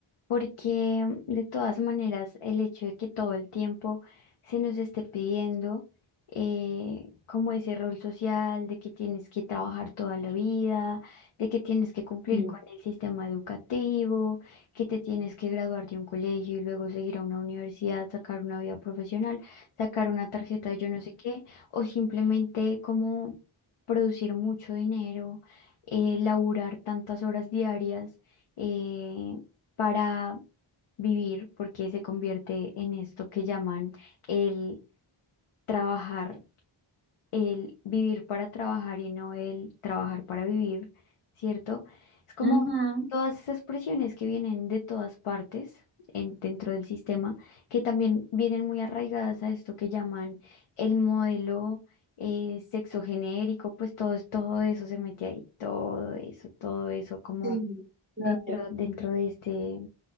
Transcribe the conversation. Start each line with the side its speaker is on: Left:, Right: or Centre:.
Left: porque de todas maneras el hecho de que todo el tiempo se nos esté pidiendo eh, como ese rol social de que tienes que trabajar toda la vida, de que tienes que cumplir
Right: Mm.
Left: con el sistema educativo, que te tienes que graduar de un colegio y luego seguir a una universidad, sacar una vida profesional, sacar una tarjeta de yo no sé qué, o simplemente como producir mucho dinero, eh, laburar tantas horas diarias. eh, para vivir, porque se convierte en esto que llaman el trabajar, el vivir para trabajar y no el trabajar para vivir, ¿cierto? Es como
Right: Ujú,
Left: todas esas presiones que vienen de todas partes en- dentro del sistema, que también vienen muy arraigadas a esto que llaman el modelo eh, sexo genérico, pues todo, es- todo eso se mete ahí, todo eso, todo eso como
Right: Sí, claro,
Left: dentro, dentro de este